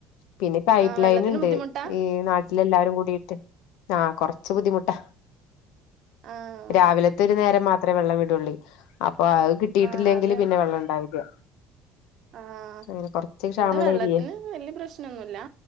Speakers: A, on the left; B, on the right.
A: പിന്നെ പൈപ്പ്
B: ആഹ് വെള്ളത്തിന്
A: ലൈൻ ഇണ്ട്.
B: ബുദ്ധിമുട്ടാ
A: ഈ നാട്ടിലെല്ലാരും കൂടിയിട്ട് ആഹ് കൊറച്ച് ബുദ്ധിമുട്ടാ.
B: ആഹ്
A: രാവിലത്തെ ഒരു നേരം മാത്രേ വെള്ളം വിടൊള്ളെ. അപ്പൊ അത്. കിട്ടിയിട്ടില്ലെങ്കിൽ
B: ആഹ് അത്
A: പിന്നെ വെള്ളം ഇണ്ടാവില്ല.
B: ആഹ്
A: അങ്ങനെ കൊറച്ച് ക്ഷാമള്ള
B: ഇവിടെ വെള്ളത്തിന്
A: ഏരിയേ
B: വല്യേ പ്രശ്നംഒന്നൂല്ല.